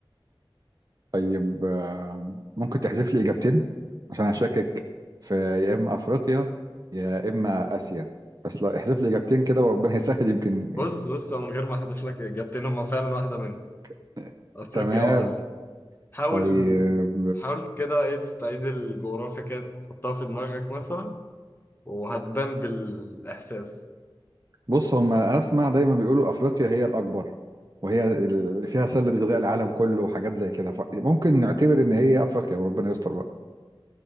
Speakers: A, on the right; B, on the left.
A: طيب آه، ممكن تحذف لي إجابتين عشان هشكك في يا إما أفريقيا يا إما آسيا بس لا احذف لي إجابتين كده وربنا يسهل يمكن
B: بص بص من غير ما أحذف لك إجابتين هما فعلا واحدة منهم
A: <laughs>
B: أفريقيا
A: تمام
B: وآسيا حاول
A: طيب
B: حاول كده ايه تستعيد الجغرافيا كده تحطها في دماغك مثلا وهتبان بالإحساس
A: بص هم اسمع دايما بيقولوا افريقيا هي الاكبر وهي اللي فيها سله غذاء العالم كله وحاجات زي كده فممكن نعتبر ان هي افريقيا وربنا يستر بقى